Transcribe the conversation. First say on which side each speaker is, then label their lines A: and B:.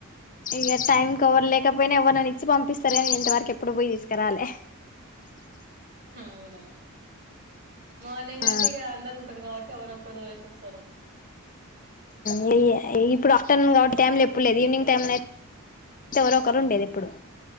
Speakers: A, on the left; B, on the right.
A: ఇగ టైంకెవరు లేకపోయినా ఎవరినైనా ఇచ్చి పంపిస్ తరు గాని నేను ఇంతవరకు ఎప్పుడు పోయి తీస్కరాలే
B: అవునా మార్నింగ్
A: ఆ
B: అంటే ఇగ అందరు ఉంటరు కావ ట్టి ఎవరొ ఒక్కరు తోలేసి వస్తరు.
A: ఉమ్ ఇప్పుడు ఆఫ్టర్నూన్ కాబట్టి టైమ్ లో ఎప్పుడు లేదు ఈవినింగ్ టైమ్ ల అయి ఎవరొ ఒకరు ఉండేది ఎప్పుడు